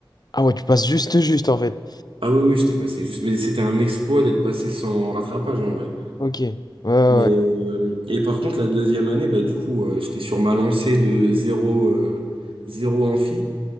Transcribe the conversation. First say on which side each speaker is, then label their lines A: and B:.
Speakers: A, on the left; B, on the right.
A: Ah ouais, tu passes juste, juste en fait.
B: Ah oui, oui, j'étais passé juste. Mais c'était un exploit d'être passé sans rattrapage en vrai.
A: Ok, ouais, ouais,
B: Mais,
A: ouais.
B: euh, et par contre, la deuxième année, bah, du coup, euh, j'étais sur ma lancée de zéro euh, 0 amphi.